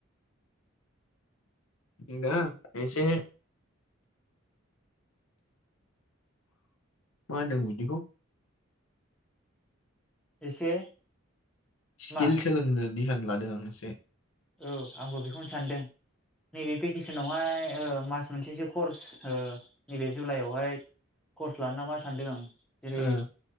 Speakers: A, on the left; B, in the centre.
A: जों दा एसे मा होनदों बिदिखौ
B: एसे
A: स्किल
B: मा
A: सोलोंनो दिहान ला दों इसे
B: औ आंबो बेखौनो सानदों। नैबे भेकेसनावहाय ओ मास मोनसेसो कर्स नैबे जुलाइयावहाय कर्स लानो नामा सानदों आं। जेरै
A: ओ